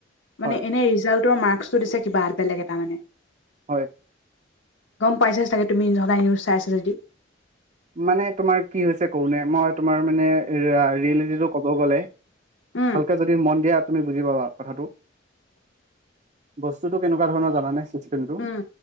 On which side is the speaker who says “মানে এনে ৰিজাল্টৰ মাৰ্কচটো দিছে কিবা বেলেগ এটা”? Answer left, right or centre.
Left